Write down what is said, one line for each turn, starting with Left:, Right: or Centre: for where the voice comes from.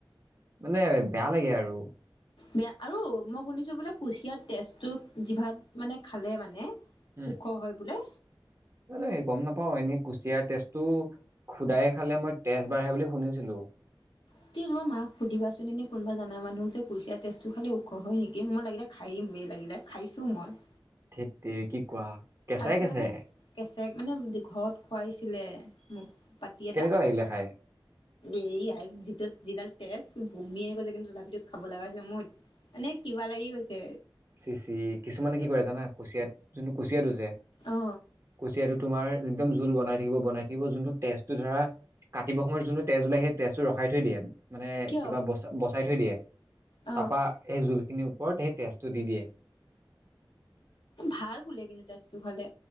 Right: মানে বেয়া লাগে আৰু।
Left: বেয়া আৰু মই শুনিছোঁ বোলে কুচিয়াত তেজটো জিভাত মানে খালে মানে
Right: উম।
Left: ওখ হয় বোলে।
Right: মানে গম নাপাওঁ, এনেই কুচিয়াৰ তেজটো সুদায়ে খালে মই তেজ বাঢ়ে বুলি শুনিছিলোঁ।
Left: <unintelligible> মাৰক সুধিবাচোন এনে কোনোবা জান মানুহ যে কুচিয়া তেজটো খালে ওখ হয় নেকি, মই লাগিলে খাই মে লাগিলে, খাইছোঁ মই।
Right: ধেত তেৰি, কি কোৱা। কেঁচাই
Left: খাইছোঁ
Right: কেঁচাই
Left: মানে কেঁচেক মানে ঘৰত খুৱাইছিলে মোক। পাতি
Right: কেনেকুৱা
Left: এটাত।
Right: লাগিলে খাই?
Left: এই যিটো যিডাল তেজ বমি আহি গৈছে কিন্তু তথাপিতো খাব লগা হৈছে মই মানে কিবা লাগি গৈছে।
Right: চি চি, কিছুমানে কি কৰে জানা কুচিয়াত যোনটো কুচিয়াটো যে
Left: অ
Right: কুচিয়াতোট তোমাৰ একদম জোল বনাই থাকিব, বনাই থাকিব যোনটো তেজটো ধৰা কাটিব সময়ত যোনটো তেজ ওলাই সেই তেজটো ৰখাই থৈ দিয়ে। মানে
Left: কিয়
Right: কিবা বচ-বচাই থৈ দিয়ে,
Left: অ
Right: তাৰপা সেই জোলখিনিৰ ওপৰত সেই তেজটো দি দিয়ে।
Left: ভাল বোলে কিন্তু তেজটো খালে।